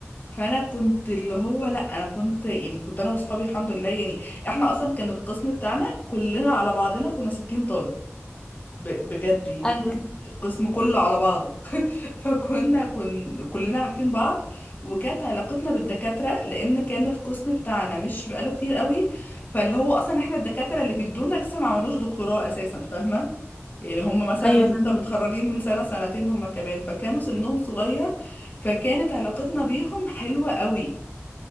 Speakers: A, on the left; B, on the left.
A: فانا كنت اللي هو لا انا كنت يعني كنت انا واصحابي الحمد لله يعني احنا اصلا كان القسم بتاعنا كلنا على بعضنا كنا 60 طالب ب- بجد يعني
B: ايوه
A: احنا القسم كله على بعضه <laughs> فكنا كن كلنا عارفين بعض وكانت علاقتنا بالدكاترة لأن كان القسم بتاعنا مش بقاله كتير قوي فاللي هو أصلا احنا الدكاترة اللي بيدونا لسه ما عملوش دكتوراه أساسا فاهمة يعني هم مثلا
B: ايوه
A: لسه
B: فاهمة.
A: متخرجين من سنة سنتين هم كمان فكانوا سنهم صغير فكانت علاقتنا بيهم حلوة قوي